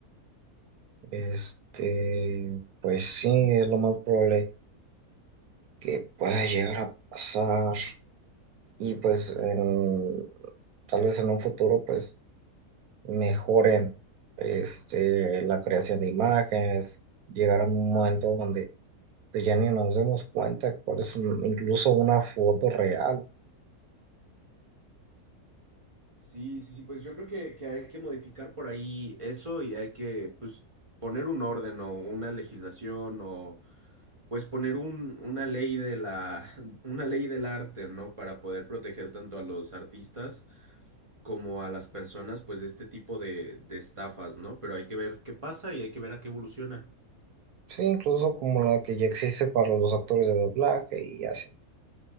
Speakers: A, on the right; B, on the right.
A: Este, pues sí, es lo más probable que pueda llegar a pasar. Y pues en- tal vez en un futuro, pues mejoren este, la creación de imágenes, llegar a un momento donde pues, ya ni nos demos cuenta cuál es un- incluso una foto real.
B: Sí, sí, sí, pues yo creo que, que hay que modificar por ahí eso y hay que, pues, poner un orden o una legislación o, pues, poner un, una ley de la, <laughs> una ley del arte, ¿no? Para poder proteger tanto a los artistas como a las personas, pues, de este tipo de, de estafas, ¿no? Pero hay que ver qué pasa y hay que ver a qué evoluciona.
A: Sí, incluso como la que ya existe para los actores de doblaje y así.